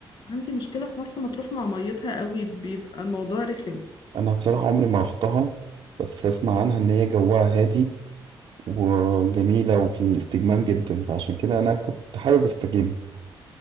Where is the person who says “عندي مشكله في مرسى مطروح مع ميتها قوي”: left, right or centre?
Left